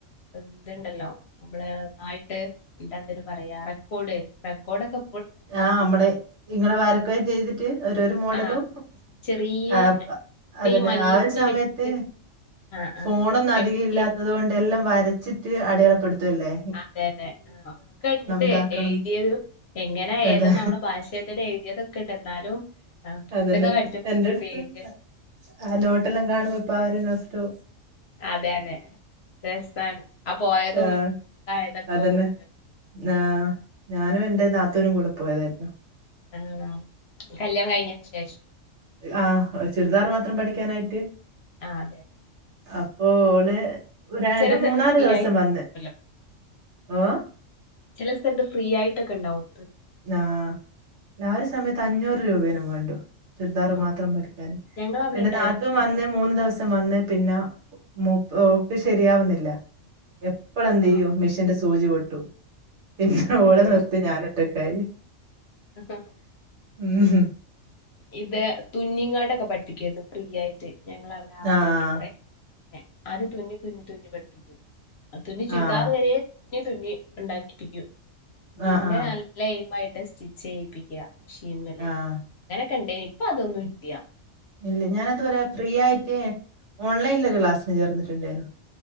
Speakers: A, on the left; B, on the right.
A: ഇന്തുണ്ടല്ലോ നമ്മള് ന്നായിട്ട് എന്താതിന് പറയാ റെക്കോർഡ് റെക്കോർഡക്കെ
B: ആ ഞമ്മൾ ഇങ്ങനെ വരക്ക ചെയ്ത് റ്റ് ഓരോ രോ മോഡലോ
A: ആഹ് ചെറിയ
B: ആഹ്
A: തുണി
B: അതന്നെ
A: മല്ല്
B: ആ ഒരു
A: തുണി
B: സമയത്ത്
A: വെച്ച് ആഹ്
B: ഫോണൊന്നും
A: ആഹ്
B: അധികം
A: വെട്ടി
B: ഇല്ലാത്തോണ്ട്‌ എല്ലാം വരച്ചിട്ട് അടിയളപ്പെടുത്തുംല്ലേ
A: അതെ അതെ ആ ഒക്കെ ഇണ്ട്
B: ഇതാക്കണം
A: എഴുതിയതും എങ്ങനെയാ
B: അതെ
A: ഏതാന്ന് നമ്മളെ ഭാശയത്തന്നെ എഴുതിയതൊക്കെ ഇണ്ട് എന്നാലും ആ പുട്ടോക്കെ
B: അതന്നെ
A: കടിച്ചും
B: എന്റെ
A: ഒരു
B: അടുത്ത്
A: പേരിന്
B: ആ നോട്ടെല്ലാം കാണുമ്പോ ഇപ്പൊ ആ ഒരു നോസ്റ്റോ
A: അതെ അതെ രസാണ് ആ പോയതും
B: ആഹ
A: ഇതായതൊക്കെ
B: അതന്നെ
A: ഓർമ്മ
B: ആ ഞാനും എൻന്റെ നാത്തൂനും കൂടെ പോയതായിരുന്നു
A: ആണോ കല്യാണം കഴിഞ്ഞതിന് ശേഷോ
B: ആ ചുരിദാർ മാത്രം പഠിക്കാനായിട്ട്
A: ആതെ
B: അപ്പോ ഓള് രാ
A: ചില
B: ഒരു
A: സ്ഥലത്ത്
B: മൂന്നാല്
A: ഫ്രീ
B: ദിവസം
A: ആയിട്ടല്ലോ
B: വന്ന് ഓ
A: ചില സ്ഥലത്ത് ഫ്രീ ആയിട്ടൊക്കെ ഇണ്ടാവും
B: ആഹ് അഒരു സമയത്ത് അഞ്ഞൂറ് രൂപേനും വേണ്ടു ചുരിദാർ
A: ആ
B: മാത്രം പഠിക്കാന്
A: ഞങ്ങൾ അവിടെ
B: പിന്നെ
A: ഉണ്ടായിരുന്നു
B: നാത്തുൻ വന്ന് മൂന്ന് ദിവസം വന്ന് പിന്നെ മോ ഓക്ക് ശരിയാവുന്നില്ല എപ്പളും എന്ത്യ്യും
A: ആ ആ
B: മെഷീന്റെ സൂചി പൊട്ടും പിന്നെ ഓള്
A: അതെ
B: നിർത്തി ഞാന് ഒറ്റക്കായി
A: ആഹ
B: ഉംഹ്
A: ഇത് തുന്നിങ്ങാടൊക്കെ പഠിപ്പിക്കണ്ട് ഫ്രീ ആയിട്ട് ഞങ്ങവിടെ ആദ്യമായിട്ട്
B: ആഹ്.
A: കൊറെ ആദ്യം തുന്നി തുന്നി തുന്നി പഠിപ്പിച്ചു തുന്നി ചുരിദാർ
B: ആഹ്.
A: വരെ തുന്നി തുന്നി ഇണ്ടാക്കിപ്പിക്കും പിന്നെ
B: ആഹ്. ആഹ്.
A: നല്ല ഐമായിട്ട് സ്റ്റിച്ച് ചെയ്യിപ്പിക്കുക മിഷീൻമ്മൽ
B: ആഹ്.
A: അങ്ങനെ ഒക്കെ ഇന്ടെനിം ഇപ്പൊ അതൊന്നും ഇല്ല്യ
B: ഇല്ല ഞാന്തുവരെ ഫ്രീ ആയിട്ട് ഓൺലൈനൽ ഒരു ക്ലാസ്സിന് ചേർന്നിട്ടുണ്ടായിരുന്നു